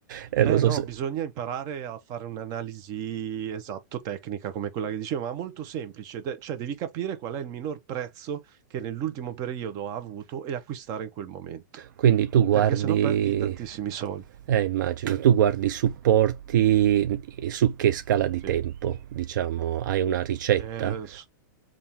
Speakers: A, on the right; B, on the right.
A: Eh, lo
B: Eh
A: so
B: no,
A: se-
B: bisogna imparare a fare un'analisi esatto tecnica come quella che dicevo, ma molto semplice, de- cioè devi capire qual è il minor prezzo che nell'ultimo periodo ha avuto e acquistare in quel momento,
A: Quindi tu guardi,
B: perché sennò perdi tantissimi soldi.
A: eh, immagino, tu guardi i supporti su che scala di
B: Sì.
A: tempo, diciamo, hai una ricetta?
B: Eh, s-